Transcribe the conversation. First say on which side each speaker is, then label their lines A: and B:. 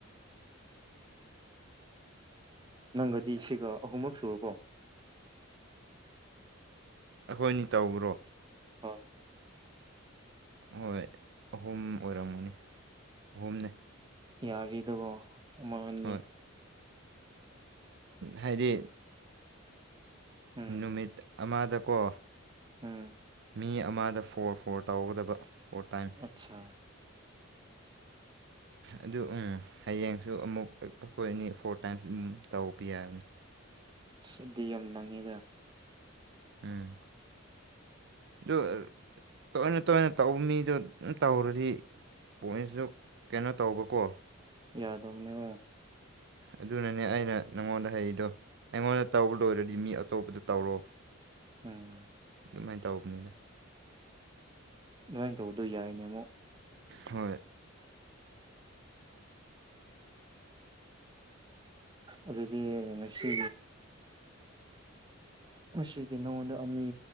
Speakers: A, on the right; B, on the right.
A: ꯅꯪꯒꯗꯤ ꯁꯤꯒ ꯑꯍꯨꯝꯔꯛ ꯁꯨꯔꯣꯀꯣ
B: ꯑꯩꯈꯣꯏꯅꯤ ꯇꯧꯕ꯭ꯔꯣ
A: ꯍꯣꯏ
B: ꯍꯣꯏ ꯑꯍꯨꯝ ꯑꯣꯏꯔꯝꯒꯅꯤ ꯑꯍꯨꯝꯅꯦ
A: ꯌꯥꯔꯤꯗꯕꯣ ꯃ ꯃꯟꯉꯦ
B: ꯍꯣꯏ ꯍꯥꯏꯗꯤ
A: ꯎꯝ
B: ꯅꯨꯃꯤꯠ ꯑꯃꯗꯀꯣ
A: ꯎꯝ
B: ꯃꯤ ꯑꯃꯗ ꯐꯣꯔ ꯐꯣꯔ ꯇꯧꯒꯗꯕ ꯐꯣꯔ ꯇꯥꯏꯝꯁ
A: ꯑꯆꯥ
B: ꯑꯗꯨ ꯍꯌꯦꯡꯁꯨ ꯑꯃꯨꯛ ꯑꯩꯈꯣꯏ ꯑꯦꯅꯤ ꯐꯣꯔ ꯇꯥꯏꯝꯁ ꯑꯗꯨꯝ ꯇꯧꯕꯄ ꯌꯥꯕꯅꯤ
A: ꯁꯗꯤ ꯌꯥꯝ ꯅꯪꯉꯤꯗ
B: ꯎꯝ ꯑꯗꯨ ꯇꯣꯏꯅ ꯇꯣꯏꯅ ꯇꯧꯕ ꯃꯤꯗꯣ ꯑꯗꯨꯝ ꯇꯧꯔꯗꯤ ꯄꯣꯏꯟꯁꯨ ꯀꯩꯅꯣ ꯇꯧꯕꯀꯣ
A: ꯌꯥꯗꯕꯅꯦꯉꯣ
B: ꯑꯗꯨꯅꯅꯦ ꯑꯩꯅ ꯅꯪꯉꯣꯟꯗ ꯍꯩꯔꯤꯗꯣ ꯑꯩꯉꯣꯟꯗ ꯇꯧꯕ ꯂꯣꯏꯔꯗꯤ ꯃꯤ ꯑꯇꯣꯞꯄꯗ ꯇꯧꯔꯣ
A: ꯎꯝ
B: ꯁꯨꯃꯥꯏꯅ ꯇꯧꯕꯅꯤꯅ
A: ꯂꯃꯥꯏꯅ ꯇꯧꯗꯣꯏ ꯌꯥꯏꯅꯦ ꯑꯃꯨꯛ
B: ꯍꯣꯏ
A: ꯑꯗꯨꯗꯤ ꯉꯁꯤ ꯉꯁꯤꯒꯤ ꯅꯉꯣꯟꯗ ꯑꯅꯤ